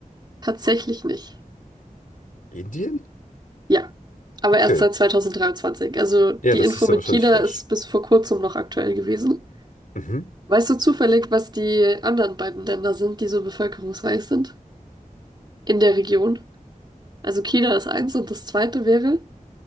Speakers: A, on the right; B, on the left.
A: Tatsächlich nicht.
B: Indien?
A: Ja, aber
B: Okay.
A: erst seit 2023. Also die
B: Ja, das
A: Info
B: ist
A: mit
B: ja wahrscheinlich
A: China
B: frisch.
A: ist bis vor kurzem noch aktuell gewesen.
B: Mhm.
A: Weißt du zufällig, was die anderen beiden Länder sind, die so bevölkerungsreich sind in der Region? Also China ist eins und das zweite wäre,